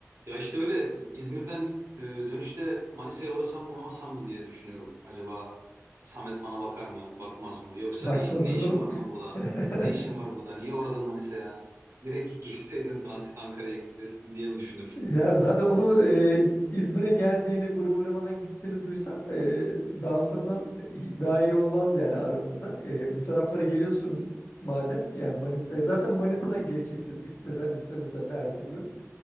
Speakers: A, on the right; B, on the left.
A: Ya işte öyle İzmir'den e, dönüşte Manisa'ya uğrasam mı uğramasam mı diye düşünüyorum. Acaba Samet bana bakar mı, bakmaz mı? Yoksa
B: Bakmaz
A: ne iş, ne
B: olurum.
A: işin var lan burada?
B: <laughs>
A: Ne işin var burada? Niye uğradın Manisa'ya? Direkt <laughs> geçseydin transit Ankara'ya des- diye mi düşünür?
B: Ya zaten onu e, İzmir'e geldiğini, buraya uğramadan gittiğini duysam e, daha sonradan hi- daha iyi olmazdı yani aramızda. E, bu taraflara geliyorsun madem yani Manisa'ya zaten Manisa'dan geçeceksin istesen istemesen de her türlü.